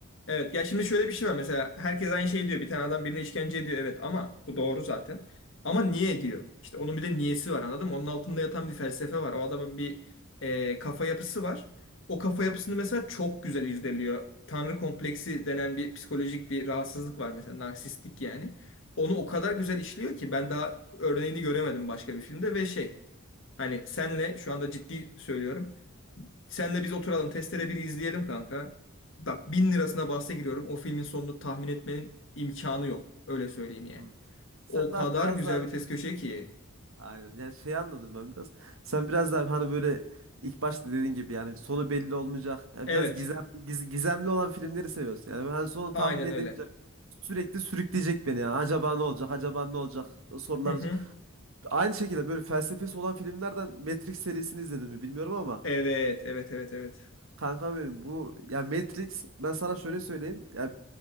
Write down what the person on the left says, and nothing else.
Evet ya şimdi şöyle bir şey var mesela herkes aynı şeyi diyor bir tane adam birine işkence ediyor evet ama bu doğru zaten ama niye ediyor işte onun bir de niyesi var anladın mı onun altında yatan bir felsefe var o adamın bir e, kafa yapısı var o kafa
yapısını mesela çok güzel irdeliyor tanrı kompleksi denen bir psikolojik bir rahatsızlık var mesela narsistlik yani onu
o kadar güzel işliyor ki ben daha örneğini göremedim başka bir filmde ve şey hani senle şu anda ciddi söylüyorum Senle biz oturalım testere biri izleyelim kanka. Bak
bin
lirasına bahse giriyorum. O filmin sonunu tahmin etmenin imkanı yok. Öyle söyleyeyim yani.
O kadar
güzel
bir test köşe ki.
Evet.
Aynen
öyle.
Hı hı.
Evet. Evet. Evet. Evet.